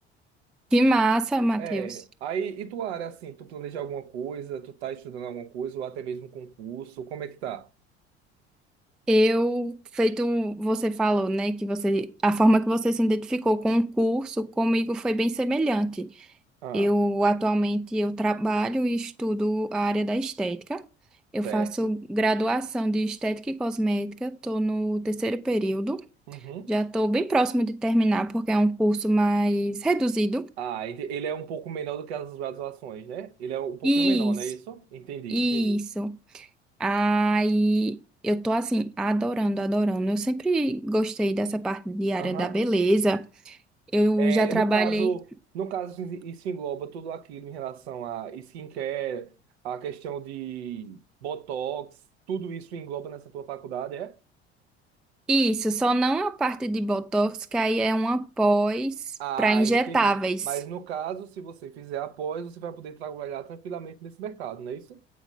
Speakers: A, in the centre; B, on the right.
A: Que massa, Matheus.
B: É, aí, e tua área, assim, tu planeja alguma coisa, tu tá estudando alguma coisa, ou até mesmo concurso, como é que tá?
A: Eu, feito você falou, né, que você, a forma que você se identificou com o curso, comigo foi bem semelhante.
B: Ah,
A: Eu atualmente eu trabalho e estudo a área da estética. Eu
B: certo.
A: faço graduação de estética e cosmética, estou no terceiro período.
B: Uhum.
A: Já estou bem próximo de terminar porque é um curso mais reduzido.
B: Ah, ente- ele é um pouco menor do que as graduações, né? Ele é um pouquinho
A: Isso,
B: menor, não é isso? Entendi.
A: isso.
B: Entendi.
A: Aí eu tô assim, adorando, adorando. Eu sempre gostei dessa parte de área
B: Aham.
A: da beleza. Eu
B: É,
A: já trabalhei
B: no caso, no caso, isso engloba tudo aquilo em relação a skincare, a questão de botox, tudo isso engloba nessa tua faculdade, é?
A: isso, só não a parte de botox, que aí é uma pós
B: Ah,
A: para injetáveis.
B: entendi. Mas no caso, se você fizer após, você vai poder trabalhar tranquilamente nesse mercado, não é isso?